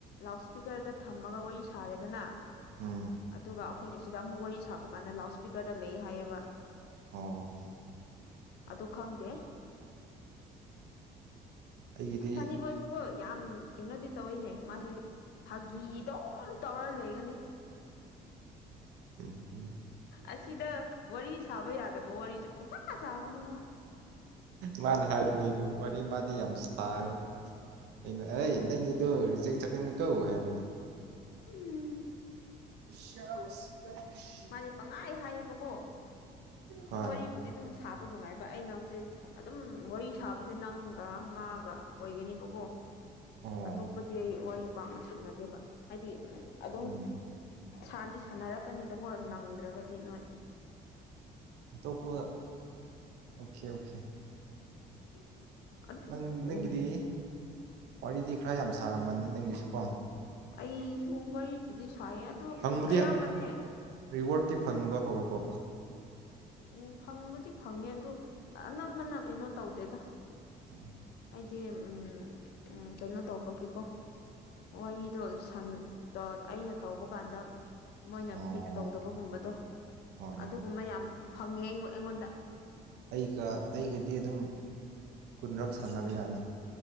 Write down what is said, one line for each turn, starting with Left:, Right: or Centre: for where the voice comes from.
Left: ꯂꯥꯎꯠꯁꯄꯤꯀꯔꯗ ꯊꯝꯃꯒ ꯋꯥꯔꯤ ꯁꯥꯔꯦꯗꯅ
Right: ꯎꯝ
Left: ꯑꯗꯨꯒ ꯑꯩꯈꯣꯏꯅ ꯁꯤꯗ ꯑꯃꯨꯛ ꯋꯥꯔꯤ ꯁꯥꯕ ꯀꯥꯟꯗ ꯂꯥꯎꯠ ꯏꯁꯄꯤꯀꯔꯗ ꯂꯩ ꯍꯥꯏꯌꯦꯕ
Right: ꯑꯣ
Left: ꯑꯗꯨ ꯈꯪꯗꯦ
Right: ꯑꯩꯒꯤꯗꯤ
Left: ꯑꯁ ꯐꯅꯤ ꯕꯣꯏꯖꯨꯀꯣ ꯌꯥꯝ ꯀꯩꯅꯣꯗꯤ ꯇꯧꯋꯤꯅꯦ ꯃꯥꯁꯦ ꯐꯥꯒꯤ ꯑꯗꯨꯝ ꯇꯧꯔ ꯂꯩꯒꯅꯤ
Right: ꯎꯝ ꯎꯝ
Left: ꯑꯁꯤꯗ ꯋꯥꯔꯤ ꯁꯥꯕ ꯌꯥꯗꯕ ꯋꯥꯔꯤꯁꯨ ꯄꯪꯁꯥ ꯁꯥꯕꯅꯦ ꯃꯥ
Right: ꯃꯥꯅ ꯍꯥꯏꯕꯅꯦꯕ ꯋꯥꯔꯤ ꯃꯥꯗꯤ ꯌꯥꯝ ꯁꯔꯦ ꯑꯩꯅ ꯑꯩ ꯅꯪꯒꯤꯗꯣ ꯔꯤꯖꯦꯛ ꯆꯠꯀꯅꯤ ꯀꯣ ꯍꯥꯏꯕꯅꯦ
Left: ꯎꯝ
Right: <unintelligible> <inaudible>
Left: ꯃꯥꯗꯤ ꯄꯪꯍꯥꯏ ꯍꯥꯏꯌꯦꯕꯀꯣ
Right: ꯍꯣꯏ
Left: ꯑꯗꯨꯝ ꯋꯥꯔꯤꯕꯨꯗꯤ ꯑꯗꯨꯝ ꯁꯥꯕ ꯅꯨꯡꯉꯥꯏꯕ ꯑꯩꯅ ꯍꯧꯖꯤꯛ ꯑꯗꯨꯝ ꯋꯥꯔꯤ ꯁꯥꯕꯁꯦ ꯅꯪꯒ ꯃꯥꯒ ꯑꯣꯏꯒꯅꯤꯕꯀꯣ
Right: ꯑꯣ
Left: ꯑꯇꯣꯞꯄꯗꯤ ꯑꯩ ꯋꯥꯔꯤ ꯄꯥꯛꯅ ꯁꯥꯟꯅꯗꯦꯕ ꯍꯥꯏꯗꯤ ꯑꯗꯨꯝ
Right: ꯎꯝ
Left: ꯁꯥꯟꯗꯤ ꯁꯥꯟꯅꯔꯛꯀꯅꯤꯕꯀꯣ ꯅꯪꯗ꯭ꯔꯥꯕꯗꯤ ꯅꯣꯏ
Right: ꯑꯇꯣꯞꯄ ꯑꯣꯈꯦ ꯑꯣꯈꯦ
Left: <inaudible>
Right: ꯅꯪ ꯅꯪꯒꯤꯗꯤ
Left: ꯎꯝ
Right: ꯋꯥꯔꯤꯗꯤ ꯈꯔ ꯌꯥꯝ ꯁꯥꯔꯝꯃꯅꯤ ꯅꯪꯒꯤꯁꯨ ꯀꯣ
Left: ꯑꯩꯁꯨ ꯋꯥꯔꯤꯄꯨꯗꯤ ꯁꯥꯏꯌꯦ ꯑꯗꯣ
Right: ꯐꯪꯕꯗꯤ
Left: ꯑꯌꯥꯝꯕꯅꯦ
Right: ꯔꯤꯋꯥꯔꯗꯇꯤ ꯐꯪꯕ ꯍꯧꯔꯕꯣ
Left: ꯎꯝ ꯐꯪꯕꯗꯤ ꯐꯪꯉꯦ ꯑꯗꯣ ꯑꯅꯝꯕꯅ ꯀꯩꯅꯣ ꯇꯧꯗꯦꯗ
Right: ꯎꯝ
Left: ꯍꯥꯏꯗꯤ ꯎꯝ ꯎꯝ ꯀꯩꯅꯣ ꯇꯧꯕꯒꯤꯀꯣ ꯋꯥꯔꯤꯗꯣ ꯁꯥꯟ ꯇꯣ ꯑꯩꯅ ꯇꯧꯕ ꯀꯥꯟꯗ ꯃꯣꯏꯅ
Right: ꯑꯣ
Left: ꯄꯤꯛ ꯇꯧꯗꯕꯒꯨꯝꯕꯗꯣ
Right: ꯍꯣꯏ
Left: ꯑꯗꯨꯒꯨꯝꯕ
Right: ꯍꯣꯏ
Left: ꯌꯥꯝ ꯐꯪꯉꯦ ꯑꯩ ꯑꯩꯉꯣꯟꯗ
Right: ꯑꯩꯒ ꯑꯩꯒꯗꯤ ꯑꯗꯨꯝ ꯀꯨꯟꯔꯛ ꯁꯥꯟꯅꯕ ꯌꯥꯅꯤ